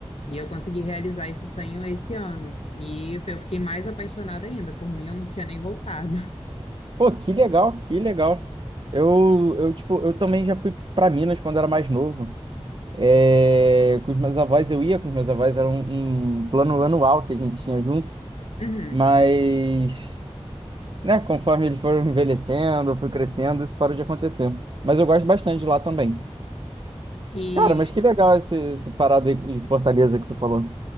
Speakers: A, on the left; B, on the right.
A: E eu consegui realizar esse sonho esse ano. E eu eu fiquei mais apaixonada ainda. Por mim, eu não tinha nem voltado.
B: Pô, que legal, que legal. Eu, eu, tipo, eu também já fui pra Minas quando era mais novo. É, com os meus avós, eu ia com os meus avós, era um, um plano anual que a gente tinha juntos.
A: <laughs>
B: Mas né? Conforme eles foram envelhecendo, eu fui crescendo, isso parou de acontecer. Mas eu gosto bastante de lá também.
A: Uhum.
B: Cara, mas que legal esse, esse parado aí de Fortaleza que você falou.